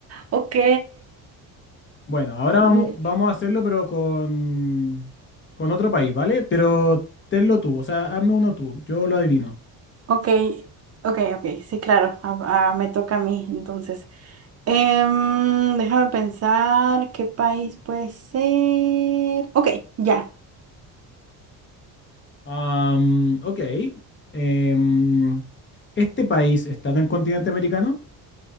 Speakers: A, on the right; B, on the left.
A: ok.
B: Bueno, ahora
A: Mm,
B: vamos, vamos a hacerlo, pero con, con otro país, ¿vale? Pero tenlo tú, o sea, hazme uno tú, yo lo adivino.
A: Ok, ok, ok. Sí, claro. Ah, ah, me toca a mí, entonces. Em, déjame pensar qué país puede ser. Ok, ya.
B: Am, ok. Em, ¿este país está en el continente americano?